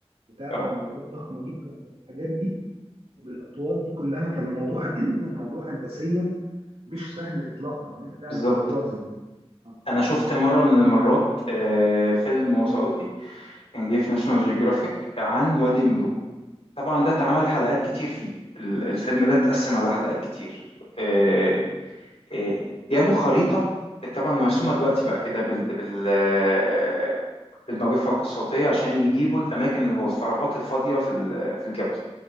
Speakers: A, on the right; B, on the left.
A: وتعمل
B: اه
A: ممرات ضخمه جدا بالاحجام دي وبالاطوال دي كلها فالموضوع <clears throat> الموضوع هندسيا مش سهل اطلاقا ان انت تعمل
B: بالظبط
A: مشروع زي ده آه.
B: انا شفت مره من المرات آه، فيلم وثائقي كان جه في ناشونال جيوغرافيك عن وادي الملوك طبعا ده اتعمل
A: مم.
B: حلقات كتير فيه ال- الفيلم ده اتقسم على حلقات كتير آه، آه، جابوا خريطه طبعا مرسومه دلوقتي بقى كده بال بال آه، بالموجات الفوق الصوتيه عشان يجيبوا الاماكن اللي هو الفراغات الفاضيه في ال- في الجبل